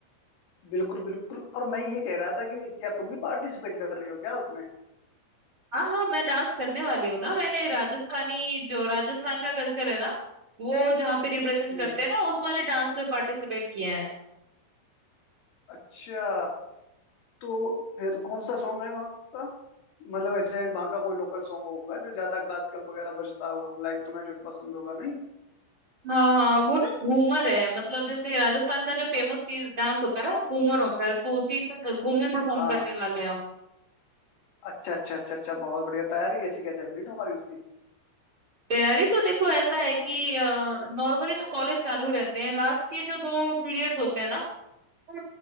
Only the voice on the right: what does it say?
हाँ हाँ मैं डांस करने वाली हूँ ना मैंने राजस्थानी जो राजस्थान का कल्चर है ना वो जहाँ पे रिप्रेजेंट
करते हैं ना उस वाले डांस में पार्टिसिपेट किया है
हाँ हाँ वो ना घूमर है मतलब जैसे राजस्थान का जो फेमस चीज डांस होता है ना वो घूमर होता है तो उसी पे क- घूमर परफॉर्म
करने वाले हैं हम
तैयारी तो देखो ऐसा है कि नॉर्मली तो कॉलेज चालू रहते हैं लास्ट के जो दो पीरियड्स होते हैं ना वो हम